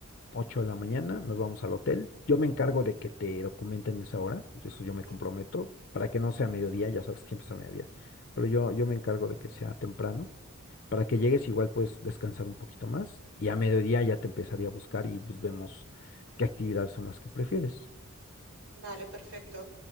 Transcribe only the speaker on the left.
8 de la mañana, nos vamos al hotel. Yo me encargo de que te documenten esa hora, y eso yo
me comprometo, para que no sea mediodía, ya sabes que empieza a mediodía, pero yo, yo me encargo de que sea temprano. Para que llegues igual puedes descansar un poquito más y a mediodía ya te empezaría a buscar y pues vemos qué actividades son las que prefieres.